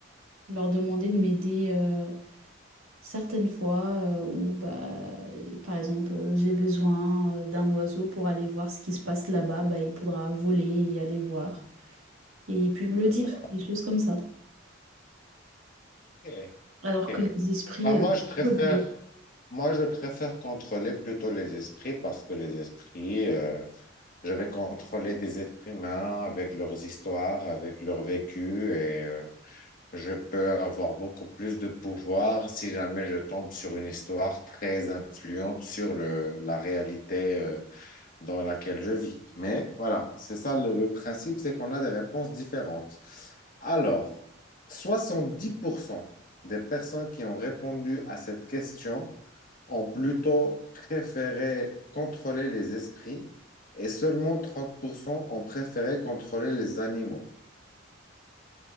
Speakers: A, on the right; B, on the left.
A: leur demander de m'aider euh, certaines fois euh, où bah par exemple euh, j'ai besoin euh, d'un oiseau pour aller voir ce qui se passe là-bas, bah il faudra voler et aller voir et puis me le
B: D'accord.
A: dire, des choses comme ça.
B: Ok,
A: Alors
B: ok.
A: que les esprits
B: Bah,
A: euh,
B: moi,
A: c'est
B: je préfère,
A: un peu bleu.
B: moi, je préfère contrôler plutôt les esprits parce que les esprits, euh, je vais contrôler des êtres humains avec leurs histoires, avec leur vécu et euh, je peux avoir beaucoup plus de pouvoir si jamais je tombe sur une histoire très influente sur le, la réalité euh, dans laquelle je vis. Mais voilà, c'est ça le, le principe, c'est qu'on a des réponses différentes. Alors, 70% des personnes qui ont répondu à cette question ont plutôt préféré contrôler les esprits et seulement 30% ont préféré contrôler les animaux.